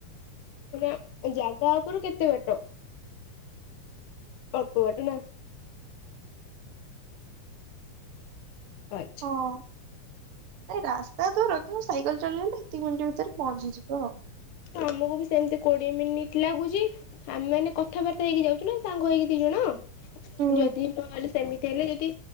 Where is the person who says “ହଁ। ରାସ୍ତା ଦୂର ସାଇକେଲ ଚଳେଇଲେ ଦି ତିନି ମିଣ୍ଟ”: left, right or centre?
Right